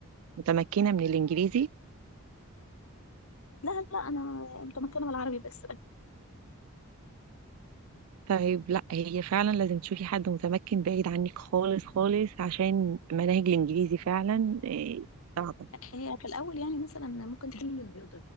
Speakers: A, on the right; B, on the left.
A: متمكنة من الإنجليزي
B: لا لا انا متمكنة من العربي بس
A: طيب لا هي فعلا لازم تشوفي حد متمكن بعيد عنك خالص خالص عشان مناهج الانجليزي فعلا آه، صعبة
B: هي في الاول يعني مثلا ممكن تكون